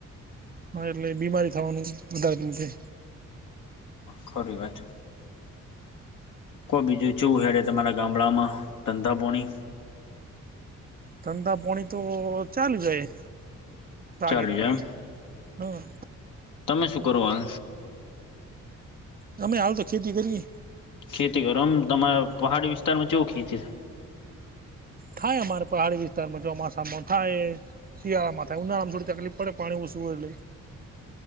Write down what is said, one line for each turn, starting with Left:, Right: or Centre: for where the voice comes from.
Right: હા એટલે બીમારી થવાનું વધારેલું છે
Left: ખોર વા કોઈ બીજું ચું હયાર તમારા ગામડામાં ધંધાપોણી
Right: ધઠંધા પાણી તો ચાલુ જાય રાગે
Left: ચાલુ
Right: રાગી
Left: છે એમ
Right: હમ
Left: તમે શું કરો હાલ
Right: દમમે હાલતો તો ખેતી કરી
Left: ખેતી કરો આમ તમારા પહાડી વિસ્તારમાં કેવું ખેતી થાય
Right: થાય અમારે પહાડી વિસ્તારમાં ચોમાસામાં થાય શિયાળા થાય ઉનાળામાં થડી તકફ પડે પાણી ઓછુંય એટલે